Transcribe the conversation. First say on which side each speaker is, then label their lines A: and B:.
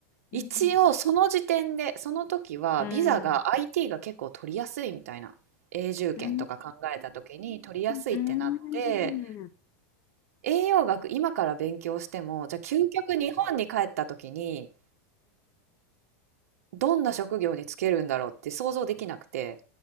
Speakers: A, on the right; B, on the left.
A: 一応その時点で、
B: うん。
A: その時はビザが
B: うん。うん。
A: IT が結構取りやすいみたいな。永住権とか考えた時に取りやすいってなって、
B: うん。うん。うん
A: 栄養学今から勉強しても、じゃあ究極日本に帰った時にどんな職業に就けるんだろうって想像できなくて、